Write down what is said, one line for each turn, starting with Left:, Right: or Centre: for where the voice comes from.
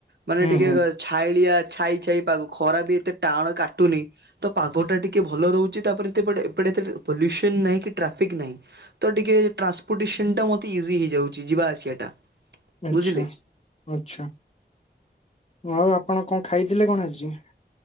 Right: ମାନେ
Left: ହୁଁ
Right: ଟିକେ
Left: ହୁଁ।
Right: ଛାଇଳିଆ ଛାଇ ଛାଇ ପାଗ ଖରା ବି ଏତେ ଟାଣ କାଟୁନି। ତ ପାଗ ଟା ଟିକେ ଭଲ ରହୁଚି ତାପରେ ଏପଟେ ଏପଟେ ଏତେ ପଲ୍ୟୁସନ୍ ନାହିଁ କି ଟ୍ରାଫିକ୍ ନାହିଁ। ତ ଟିକେ ଟ୍ରାନ୍ସପୋର୍ଟେସନ୍ ଟା ମତେ ଇଜି ହେଇଯାଉଚି ଯିବା ଆସିବା ଟା।
Left: ଆଛା
Right: ବୁଝିଲେ।
Left: ଆଛା ଆଉ ଆପଣ କଣ ଖାଇଥିଲେ କଣ ଆଜି?